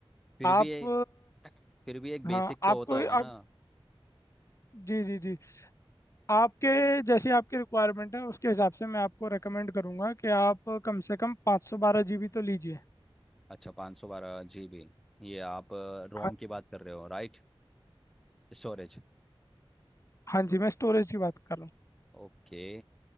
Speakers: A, in the centre; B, on the left (about 30°).
A: फिर
B: आप
A: भी ये <clears throat> फिर भी एक बेसिक
B: अ, हाँ
A: तो
B: आपको
A: होता होगा ना
B: आप जी जी जी आपके जैसी आपकी रिक्वायरमेंट है उसके हिसाब से मैं आपको रेकमेंड करूंगा कि आप कम से कम 512 जीबी तो लीजिए
A: अच्छा पाँच सौ बारह जी बी ये आप रोम
B: हाँ
A: की
B: जी
A: बात कर रहे हो राइट स्टोरेज
B: हाँ जी मैं स्टोरेज की बात कर रहा हूँ
A: ओके